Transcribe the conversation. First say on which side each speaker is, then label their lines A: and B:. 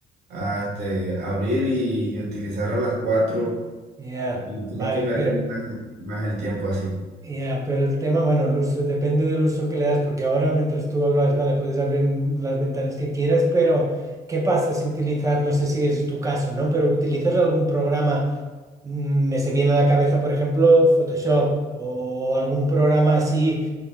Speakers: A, on the right (about 85°); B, on the right (about 20°).
A: ah, este, abrir y utilizar a las cuatro
B: Ya,
A: y
B: vale,
A: creo que me
B: pero
A: rinde más, más el tiempo así.
B: ya, pero el tema, bueno, el uso, depende del uso que le das, porque ahora mientras tú hablas, vale, puedes abrir un- las ventanas que quieras, pero ¿qué pasa si utilizas, no sé si es tu caso, ¿no? Pero utilizas algún programa, mm, me se viene a la cabeza, por ejemplo, Photoshop o algún programa así